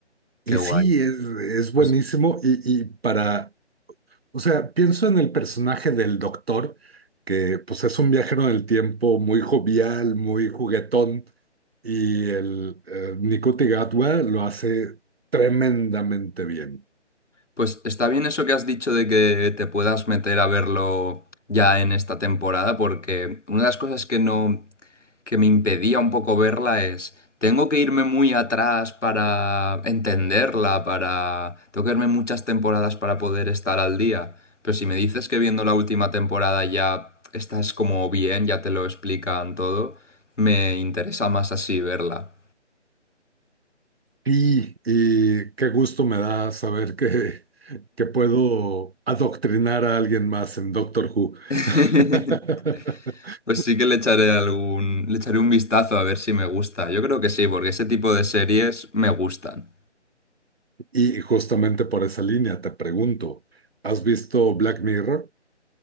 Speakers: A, on the right; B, on the left.
A: Y
B: qué guay.
A: sí, es, es
B: Pues,
A: buenísimo y, y para O sea, pienso en el personaje del doctor, que pues es un viajero del tiempo muy jovial, muy juguetón, y el eh, Nikuti Gatwa lo hace tremendamente bien.
B: pues está bien eso que has dicho de que te puedas meter a verlo ya en esta temporada porque una de las cosas que no que me impedía un poco verla es, tengo que irme muy atrás para entenderla, para... Tengo que verme muchas temporadas para poder estar al día. Pero si me dices que viendo la última temporada ya estás como bien, ya te lo explican todo, me interesa más así verla.
A: Y, y qué gusto me da saber que, que puedo adoctrinar a alguien más en Doctor Who.
B: <laughs>
A: <laughs>
B: Pues sí que le echaré algún, le echaré un vistazo a ver si me gusta. Yo creo que sí, porque ese tipo de series me gustan.
A: Y justamente por esa línea te pregunto, ¿has visto Black Mirror?